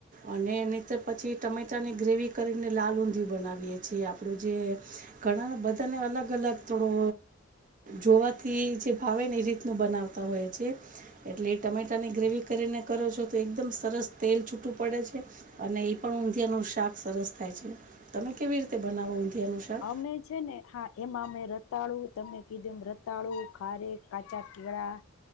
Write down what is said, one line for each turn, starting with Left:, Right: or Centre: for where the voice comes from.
Right: અને ન પછી તમે બધાને ગ્રેવી કરીને લાલ ઊંધી બનાવીએ છીએ. જે આપણું જે ઘણા બધાને અલગ અલગ થોડો જોવાથી જે ભાવે ને એ રીતનું બનાવતા હોય છે એટલે એ ટમેટાની ગ્રેવી કરીને કરો છો તો એકદમ સરસ તેલ છૂટું પડે છે અને એ પણ ઊંધીયાનું શાક સરસ થાય છે તમે કેવી રીતે બનાવો ઊંધિયાનું શાક
Left: અમે છે ને હા એમાં અમે ર રતાળુ તમે કીધું રતાળું ખારેક કાચા કેળા